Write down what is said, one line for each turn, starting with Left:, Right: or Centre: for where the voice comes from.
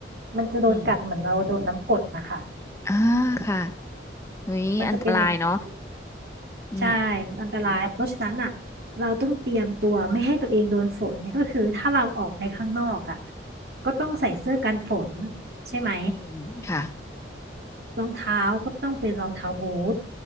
Right: มันจะโดนกัดเหมือนเราโดนน้ำกรดนะคะ
Left: อืมอ่าค่ะเฮ้ยอันตรายเนาะ
Right: มันจะเป็นอย่างนั้น
Left: อืม
Right: ใช่มันอันตรายเพราะฉะนั้นอ่ะเราต้องเตรียมตัวไม่ให้ตัวเองโดนฝนก็คือถ้าเราออกไปข้างนอกอ่ะ
Left: อืม
Right: ก็ต้องใส่เสื้อกันฝนใช่ไหม
Left: อืมค่ะ
Right: รองเท้าก็ต้องเป็นรองเท้าบูท